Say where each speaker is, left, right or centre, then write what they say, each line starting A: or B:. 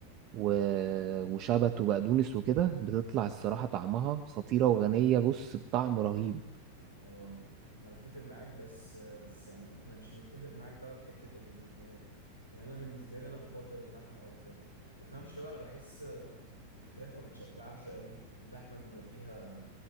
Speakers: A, on the right; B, on the right.
A: و... وشبت وبقدونس وكده بتطلع الصراحه طعمها خطيره وغنيه بص بطعم رهيب
B: اه انا متفق معاك بس بس انا انا مش متفق معاك بقى في حتة البروتينات يعني انا بالنسبة لي انا بفضل اللحمة اكتر تفهمش بقى انا بحس الفراخ ما بتشبعش قوي اللحمة بيبقى فيها